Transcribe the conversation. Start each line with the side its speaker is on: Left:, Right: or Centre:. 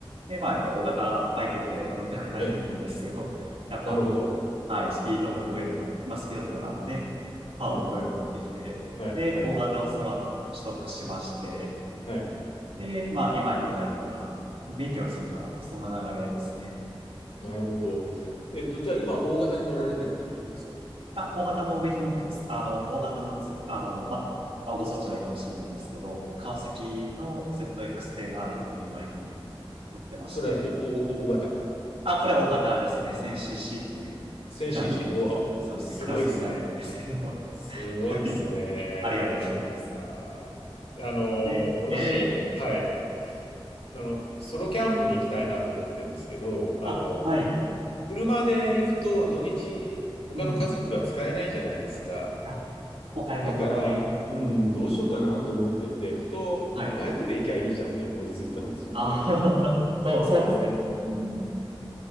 Right: で、まあ、やっぱ大型バイクって乗りたくなるんですよ。
Left: ええ、
Right: <laughs> やっぱ、
Left: なるほど。
Right: はい、スピードを求めるような、まあ、スピードというか、
Left: うん。
Right: あのね、パワーを求めるようになってきて、
Left: うん。はい。
Right: で、
Left: はい。
Right: 大型をその後取得しまして、
Left: はい。
Right: で、まあ、今に至るような、勉強については、そんな流れですね。
Left: なるほど。えっと、じゃあ今、大型に乗られてるってことなんですか
Right: まあ、大畑も勉強持ってます。あの、大畑のつ、あの、まあ、あご存知ないかもしれないですけど、川崎の ZX-10R っていうバイクに乗ってまして、
Left: それは、お、お、お大型。
Right: あ、これ大型ですね。1000cc っていうジャンルになるんです。
Left: 1000cc。おわ、
Right: そうですね。
Left: すごいですね。
Right: クラスになるんですけど。
Left: すごいですね。
Right: <laughs> はい。ありがとうございます。
Left: いあー、あの私、
Right: で、えー、
Left: はい。あの、ソロキャンプに行きたいなと思ってるんですけど、あの、
Right: あ、はい。
Left: 車で行くと土日、他の家族が使えないじゃないですか。
Right: うん。あ、お買い物ね。
Left: だから、うん、
Right: うん。
Left: どうしようかなと思ってて、ふと、
Right: はい。
Left: バイクで行きゃいいじゃんって思いついたんですよね。
Right: ああ、<laughs> そう、そうですね。うん。